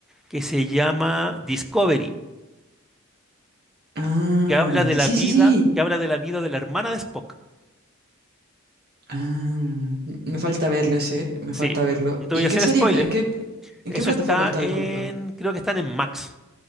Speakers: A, in the centre; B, on the right.
A: que se llama Discovery,
B: Ah,
A: que habla de
B: sí,
A: la vida,
B: sí, sí.
A: que habla de la vida de la hermana de Spock.
B: Ah, me falta verlo ese, me
A: Sí,
B: falta verlo.
A: no te
B: ¿Y
A: voy
B: en
A: a
B: qué
A: hacer
B: serie,
A: spoiler.
B: en qué, en
A: Eso
B: qué plataforma
A: está
B: está,
A: en,
B: disculpa?
A: creo que están en Max.